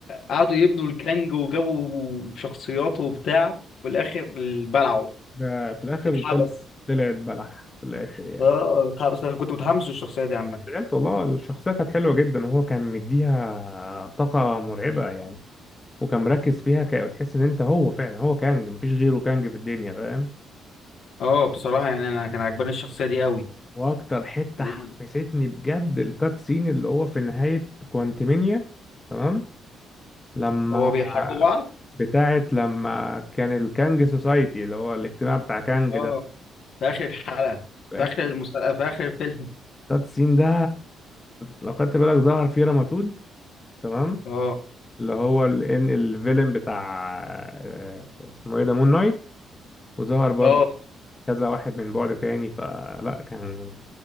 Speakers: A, on the left; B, on the left.
A: قعدوا يبنوا الكانج وجابوا شخصيات وبتاع في الاخر بلعوا
B: ده في الاخر
A: اتحبس
B: طلع طلعت بلح في الاخر يعني
A: اه اتحبس انا كنت متحمس للشخصيه دي عامه
B: زعلت والله الشخصيه كانت حلوه جدا وهو كان مديها طاقه مرعبه يعني وكان مركز فيها ك... تحس ان انت هو فعلا هو كانج مفيش غيره كانج في الدنيا فاهم
A: اه بصراحه يعني انا كان عجباني الشخصيه دي قوي
B: واكتر حته
A: لذيذة.
B: حمستني بجد الكات سين اللي هو في نهايه كوانتمينيا تمام لما
A: هو بيحاربوا بعض
B: بتاعت لما كان الكانج سوسايتي اللي هو الاجتماع بتاع كانج
A: اه
B: ده
A: في اخر الحلقه
B: في
A: في
B: اخر
A: اخر المسلسل في اخر الفيلم
B: كات سين ده لو خدت بالك ظهر فيه رماتود تمام
A: اه
B: اللي هو الان الفيلن بتاع آه، اسمه ايه ده مون نايت وظهر برضه
A: اه
B: كذا واحد من بعد تاني فلا كان